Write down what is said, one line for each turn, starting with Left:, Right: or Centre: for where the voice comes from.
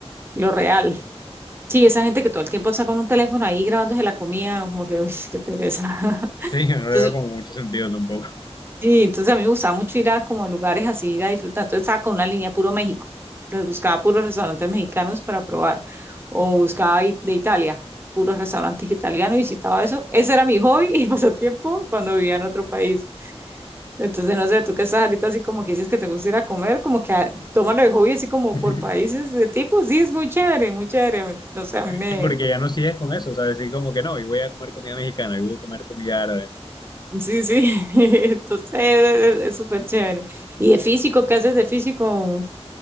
Right: lo real. Sí, esa gente que todo el tiempo está con un teléfono ahí grabándose la comida, ¿no? Como que, <laughs> uy, qué pereza. <laughs>
Left: Sí, yo no le
Right: Entonces,
Left: veo como mucho sentido tampoco.
Right: Sí, entonces a mí me gustaba mucho ir a como lugares así, ir a disfrutar. Entonces estaba con una línea puro México. Entonces buscaba puros restaurantes mexicanos para probar. O buscaba i- de Italia, puros restaurantes italianos y visitaba eso. Ese era mi hobby y <laughs> pasatiempo cuando vivía en otro país. Entonces, no sé, tú que estás ahorita así como que dices que te gusta ir a comer, como que ah, tómalo de hobby así como
Left: <laughs>
Right: por países de tipo. Sí, es muy chévere, muy chévere. No sé, a mí me...
Left: Y porque ya no sigues con eso, ¿sabes? Sí, como que no, y voy a comer comida mexicana, y voy a comer comida árabe.
Right: Sí, sí. <laughs> Entonces, es es- es súper chévere. ¿Y de físico? ¿Qué haces de físico?